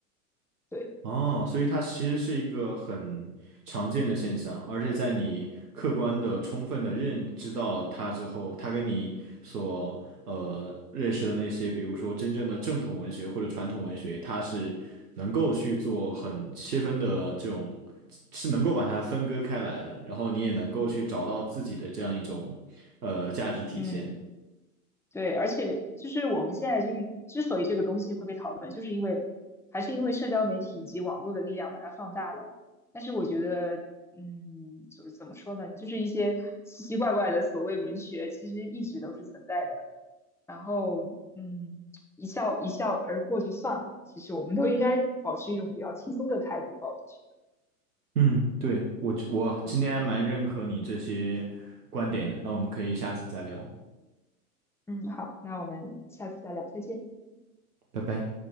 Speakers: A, in the centre; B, on the right.
A: 对，
B: 哦，所以它其实是一个很常见的现象，而且在你客观的、充分的认知到了它之后，它跟你所呃认识的那些，比如说真正的正统文学或者传统文学，它是能够去做很切分的这种，是能够把它分割开来的，然后你也能够去找到自己的这样一种呃价值体现。
A: 嗯对，而且就是我们现在就是之所以这个东西会被讨论，就是因为还是因为社交媒体以及网络的力量把它放大了。但是我觉得，嗯，就是怎么说呢，就是一些奇奇怪怪的所谓文学，其实一直都是存在的。然后嗯，一笑一笑而过就算了。其实我们都应该保持一种比较轻松的态度吧，我觉
B: 嗯，对，我我今天还蛮认可你这些观点的，
A: 得。嗯
B: 那我们可以下次再聊，
A: 嗯，好，那我们下次再聊，再见。
B: 拜拜。